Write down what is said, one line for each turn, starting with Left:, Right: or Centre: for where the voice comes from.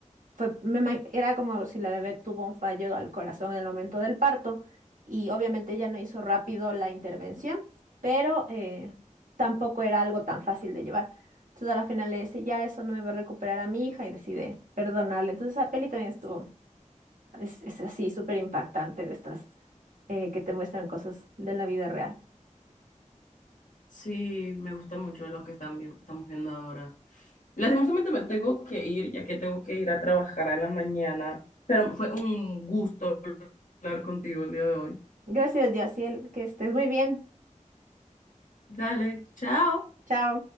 Right: fue, me ima- era como si la bebé tuvo un fallo al corazón en el momento del parto y obviamente ella no hizo rápido la intervención, pero eh, tampoco era algo tan fácil de llevar. Entonces a la final le dice, ya eso no me va a recuperar a mi hija y decide perdonarle. Entonces esa peli también estuvo es, es así, súper impactante de estas eh, que te muestran cosas de la vida real.
Left: Sí, me gusta mucho lo que están vi- estamos viendo ahora. Lastimosamente me tengo que ir, ya que tengo que ir a trabajar en la mañana, pero fue un gusto hablar contigo el día de hoy.
Right: Gracias, Yaciel, que estés muy bien.
Left: Dale, chao.
Right: Chao.